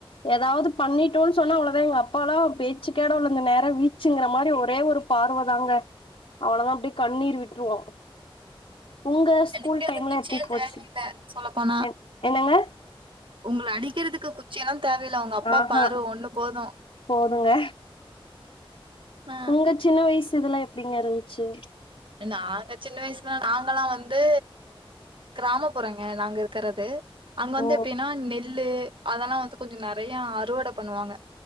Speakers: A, on the left; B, on the right.
A: எதாவ்து பண்ணிட்டோன்னு சொன்னா அவ்ளதா எங்க அ ப்பால்லா பேச்சுக்கே எடோல்லங்க நேரா வீச்சுங்ற மாரி ஒரே ஒரு பார்வ தாங்க அவ்ளதா அப்டியே கண்ணீர் விட்டுருவோ உங்க ஸ்கூல்
B: எனக்கே அந்த
A: டைம்ல
B: குச்சியே
A: எப்டி போச்சு
B: தேவயில்ல சொல்ல போனா
A: என் என்னங்க
B: ஒங்கள அடிக்கிறதுக்கு குச்சி எல்லா தேவயில்ல உங்கப்பா
A: ஆஹா
B: பார்வ ஒண்ணு போது
A: போதுங்க
B: ஆ
A: உங்க சின்ன வய்சு இதல்லா எப்டிங்க இருன்ச்சு
B: நாங்க சின்ன வய்சுல நாங்கல்லா வந்து கிராமப்புறோங்க நாங்க இருக்கறது அங்க வந்து
A: ஓ
B: எப்டின்னா நெல்லு அதெல்லா வந்து கொஞ்சொ நறையா அறுவட பண்ணுவாங்க